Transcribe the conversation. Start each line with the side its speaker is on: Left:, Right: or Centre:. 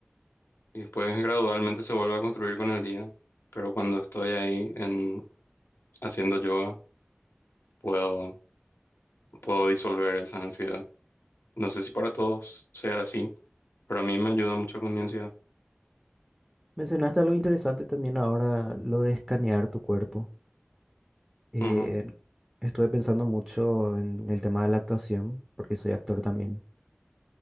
Left: Y después gradualmente se vuelve a construir con el día. Pero cuando estoy ahí en, haciendo yoga, puedo, puedo disolver esa ansiedad. No sé si para todos sea así, pero a mí me ayuda mucho con mi ansiedad.
Centre: Mencionaste algo interesante también ahora, lo de escanear tu cuerpo. Eh,
Left: Ujú,
Centre: estuve pensando mucho en el tema de la actuación, porque soy actor también,